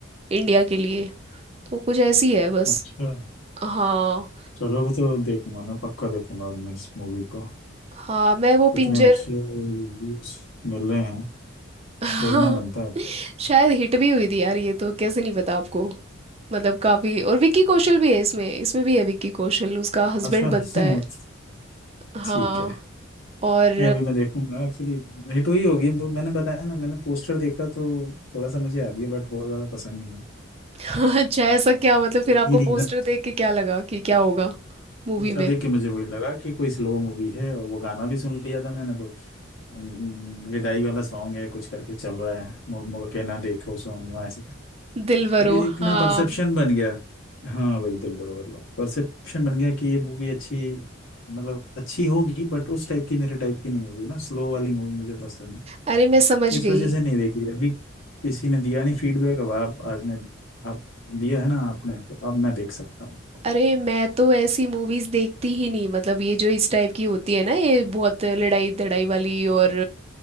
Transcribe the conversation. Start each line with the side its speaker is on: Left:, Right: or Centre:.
Right: इंडिया के लिए तो कुछ ऐसी है बस
Left: अच्छा
Right: हाँ
Left: चलो फिर तो देखूंगा ना पक्का देखूंगा अब मैं इस मूवी को
Right: हाँ मैं वो
Left: इतने
Right: पिंजर
Left: अच्छे रिव्यूज मिल रहे हैं
Right: <laughs> हाँ
Left: देखना बनता है तो
Right: शायद हिट भी हुई थी यार ये तो कैसे नहीं पता आपको मतलब काफी और विक्की कौशल भी है इसमें इसमें भी है विक्की कौशल उसका हस्बैंड
Left: अच्छा
Right: बनता
Left: <laughs>
Right: है हाँ
Left: ठीक है
Right: और
Left: नहीं अभी मैं देखूंगा एक्चुअली हिट हुई होगी वो मैंने बताया ना मैंने पोस्टर देखा तो थोड़ा सा मुझे आ गया बट बहुत ज़्यादा पसंद नहीं है
Right: <laughs> अच्छा ऐसा क्या मतलब फिर
Left: ये
Right: आपको
Left: भी रीजन
Right: पोस्टर देख के क्या लगा कि क्या होगा मूवी
Left: उसका
Right: में
Left: देख के मुझे वही लगा कि कोई स्लो मूवी है और वो गाना भी सुन लिया था मैंने तो अम, विदाई वाला सॉन्ग है कुछ करके चल रहा है मुड़ मुड़ के ना देखो सोनियो ऐसे करके।
Right: दिलवरो
Left: तो एक
Right: हाँ
Left: ना परसेप्शन बन गया हाँ वही दिलबर वाला परसेप्शन बन गया कि ये मूवी अच्छी मतलब अच्छी होगी बट उस टाइप की मेरे टाइप की नहीं होगी ना स्लो वाली मूवी मुझे पसंद है
Right: अरे मैं समझ
Left: इस
Right: गई
Left: वजह से नहीं देखी अभी किसी ने दिया नहीं फीडबैक अब आप आज ने आप दिया है ना आपने तो अब मैं देख सकता हूँ
Right: अरे मैं तो ऐसी मूवीज देखती ही नहीं मतलब ये जो इस टाइप की होती है ना ये बहुत लड़ाई धड़ाई वाली और